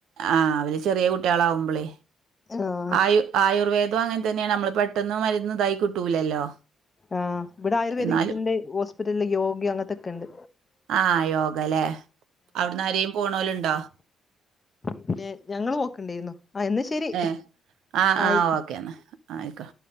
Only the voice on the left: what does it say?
ആഹ്
ആഹ് ഇവിടെ ആയുർവേദിക്കിന്റെ
ഹോസ്പിറ്റലില് യോഗ്യ അങ്ങനത്തെൊക്കെണ്ട്
പിന്നെ ഞങ്ങൾ പോക്കണ്ടിരുന്നു ആ എന്ന ശരി
ആയി